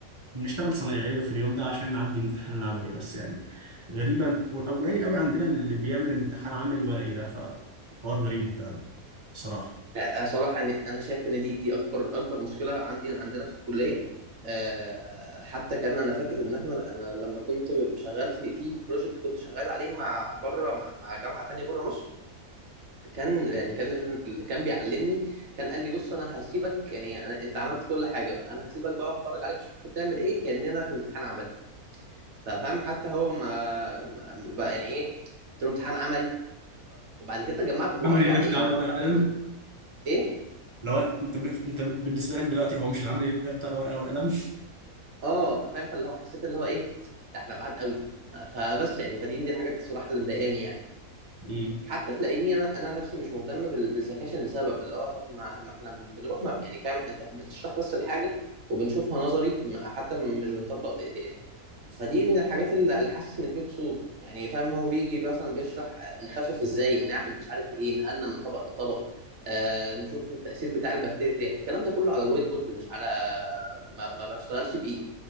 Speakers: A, on the right; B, on the right.
A: بنشتغل صنايعية في اليوم ده عشان نعدي امتحان العملي بس يعني غريبا أو قليل قوي عندنا اللي بيعمل امتحان عملي ورقي ده فالحوار غريب آه، بصراحة
B: آه، صراحه يعني انا شايف ان دي دي اكبر اكبر مشكله عندي عندنا في الكليه آه، حتى كان انا فاكر ان احنا انا لما كنت شغال في في بروجكت كنت شغال عليه مع بره مع مع جامعه تانية بره مصر كان يعني كان اللي كان بيعلمني كان قال لي بص انا هسيبك يعني أنا انت عملت كل حاجه بقى انا هسيبك بقى وهتفرج عليك شوف انت بتعمل ايه كاننا في امتحان عملي ففاهم حتى هو ما ما- بقى يعني ايه قلت له امتحان عملي وبعد كده جمعت هو
A: العملي
B: قصده على
A: ده
B: ايه
A: بتاع
B: ان
A: الورقة
B: هو فعلا
A: والقلم
B: ايه
A: لو انت ب... انت بالنسبة لك دلوقتي هو مش العملي ده بتاع الورقة والقلم
B: اه ففاهم فاللي هو حسيت اللي هو ايه ده احنا بعاد قوي فبس يعني فدي من دي الحاجات الصراحه اللي مضايقاني يعني
A: مم.
B: حتى تلاقيني انا انا نفسي مش مهتم بال- بالسكاشن لسبب اللي هو طب ما, ما احنا بنروح ما يعني فاهم انت بتشرح بس الحاجه وبنشوفها نظري م- حتى م- مش بنطبق بايدينا فدي من الحاجات اللي اللي حاسس ان في قصور يعني فاهم هو بيجي مثلا بيشرح آه، نخفف ازاي نعمل مش عارف ايه نقلنا من طبق لطبق آه نشوف التاثير بتاع البكتيريا الكلام ده كله على الوايت بورد مش على ما, ما بشتغلش بايدي